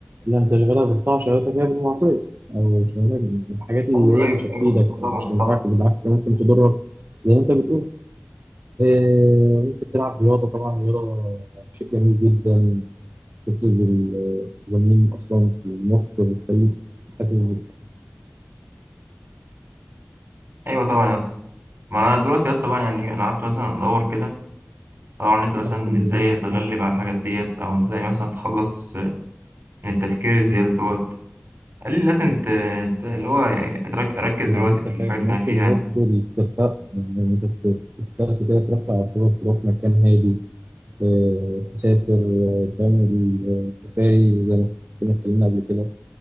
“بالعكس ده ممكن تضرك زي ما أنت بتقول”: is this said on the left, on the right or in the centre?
Right